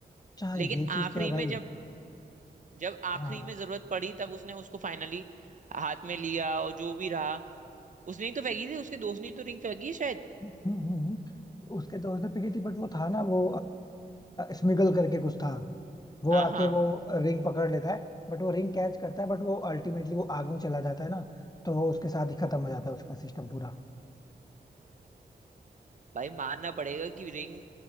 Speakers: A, on the left (about 20°); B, on the right (about 45°).
A: अच्छा हाँ,
B: लेकिन
A: ये चीज
B: आखिरी
A: तो है भाई
B: में जब जब आखिरी
A: हाँ
B: में जरूरत पड़ी तब उसने उसको फाइनली हाथ में लिया और जो भी रहा उसने ही तो फेंकी थी उसके दोस्त ने ही तो रिंग फेंकी है शायद
A: हम्म, हम्म, हम्म। उसके दोस्त ने पीटी थी बट वो था ना वो स्मिगल करके कुछ था वो
B: हाँ
A: आके
B: हाँ
A: वो रिंग पकड़ लेता है बट वो रिंग कैच करता है बट वो अल्टीमेटली वो आग में चला जाता है ना तो वो उसके साथ ही खत्म हो जाता है उसका सिस्टम पूरा
B: भाई मानना पड़ेगा कि रिंग